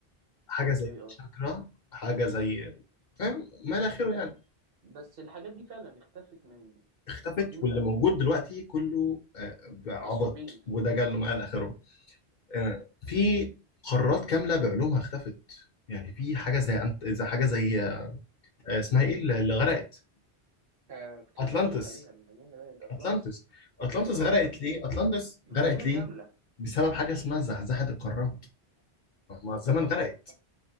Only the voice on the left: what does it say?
حاجه
زي
شاكرا حاجه زي فاهم ما الى اخره يعني
اختفت
واللي
موجود دلوقتي كله آه، عبط
ودجل وما الى اخره آه، في
قارات كامله بعلومها اختفت يعني في حاجه زي أنت... زي حاجه زي آه، اسمها ايه اللي اللي غرقت
اتلانتس
اتلانتس
اتلانتس
غرقت
ليه
اتلانتس
غرقت ليه
بسبب حاجه اسمها زحزحه القارات مع الزمن
غرقت